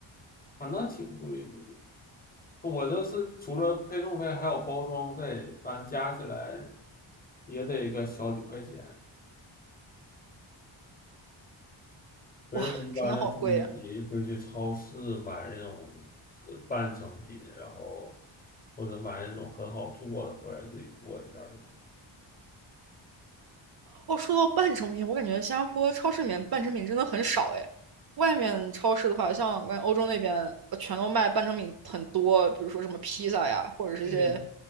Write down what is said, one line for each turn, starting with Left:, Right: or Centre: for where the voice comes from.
Left: 反正挺贵的。我这是除了配送费还有包装费，反正加起来也得个小几块钱。所以我一般就自己会去超市买那种就是半成品，
Right: 哇，真的好贵呀、
Left: 然后或者买那种很好做的回来自己做一下就行。
Right: 哦，说到半成品，我感觉新加坡超市里面半成品真的很少哎。外面超市的话，像我感觉欧洲那边呃全都卖半成品很多，比如说什么披萨呀，或者是一些
Left: 对，